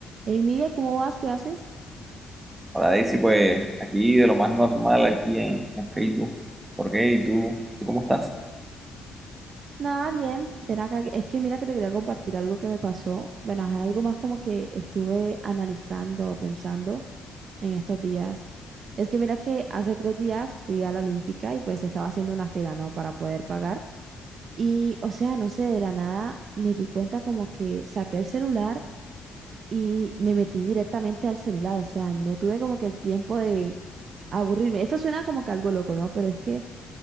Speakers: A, on the right (about 55°); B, on the right (about 20°).
A: Hey, Miguel, ¿cómo vas? ¿Qué haces?
B: Hola Daisy, pues aquí de lo más normal aquí en, en Facebook. ¿Por qué? ¿Y tú, tú cómo estás?
A: Nada, bien. Ven acá. que- Es que mira que te quería compartir algo que me pasó. Bueno, es algo más como que estuve analizando o pensando en estos días. Es que mira que hace tres días fui a la Olímpica y pues estaba haciendo una fila, ¿no? Para poder pagar. Y, o sea, no sé, de la nada me di cuenta como que saqué el celular y me metí directamente al celular. O sea, no tuve como que el tiempo de aburrirme. Esto suena como que algo loco, ¿no? Pero es que